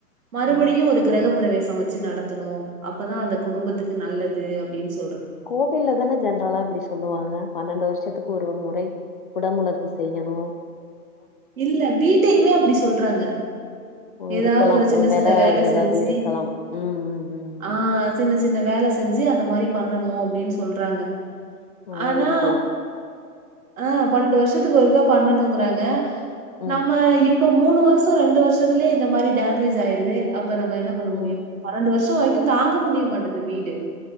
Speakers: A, on the right (about 60°); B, on the left (about 35°).
A: மறுபடியும்
B: ம்
A: ஒரு கிரக பிரவேச வச்சு நடத்தணும் அப்பதான் அந்த குடும்பத்துக்கு நல்லது அப்படின்னு சொ
B: கோவில்ல தானே ஜென்ரலா அப்படி சொல்லுவாங் க பன்னெண்டு வருஷத்துக்கு ஒரு முறை குடமுளக்கு செய்யணும்
A: இல்ல வீட்டையுமே அப்படி சொல்றாங்க ஏதாவது
B: இருக்கலாம்
A: ஒரு சின்ன
B: வேள
A: சின்ன வேலை
B: அது ஏதாவது
A: செஞ்சு
B: இருக்கலாம் ம் ம் ம்
A: ஆஹ் சின்ன சின்ன வேலை செஞ்சு அந்த மாரி பண்ணணும் அப்படின்னு சொல்றாங்க
B: ஆ
A: ஆனா
B: இருக்கலா
A: ஆஹ் பன்னெண்டு வருஷத்துக்கு வருக்கா பண்ணணுங்கறாங்க
B: ம்
A: நம்ம இப் இப்ப மூணு வருஷம் ரெண்டு வருஷத்துலே இந்த மாதிரி டேமேஜ் ஆயிடுது அப் ப நம்ம என்ன பண்ண
B: ம்
A: முடியும் பன்னெண்டு வருஷ் ஷம் வரைக்கும் தாங்க முடிய மாட்டது வீடு